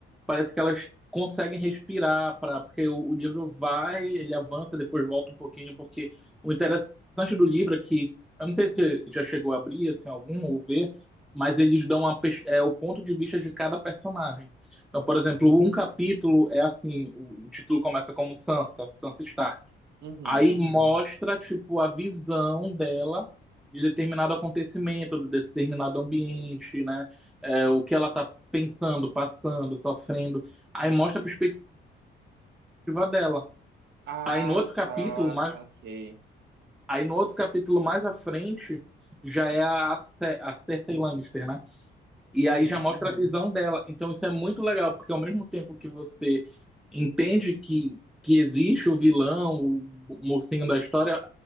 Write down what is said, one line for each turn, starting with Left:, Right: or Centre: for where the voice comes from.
Centre: parece que elas conseguem respirar para, porque o, o livro vai, ele avança, depois volta um pouquinho, porque o interessante do livro é que, eu não sei se você já chegou a abrir assim algum ou ver, mas eles dão a, pers- é, o ponto de vista de cada personagem. Então, por exemplo, um capítulo é assim, o, o título começa como Sansa, Sansa Stark.
Right: Uhum.
Centre: Aí mostra, tipo, a visão dela de determinado acontecimento, de determinado ambiente, né? É, o que ela tá pensando, passando, sofrendo. Aí mostra a perspectiva dela.
Right: Ah,
Centre: Aí no outro capítulo,
Right: tá,
Centre: mais,
Right: saquei.
Centre: aí no outro capítulo mais à frente, já é a, Ce- a Cersei Lannister, né? E
Right: Uhum.
Centre: aí já mostra a Uhum. visão dela. Então isso é muito legal, porque ao mesmo tempo que você entende que, que existe o vilão, o mocinho da história,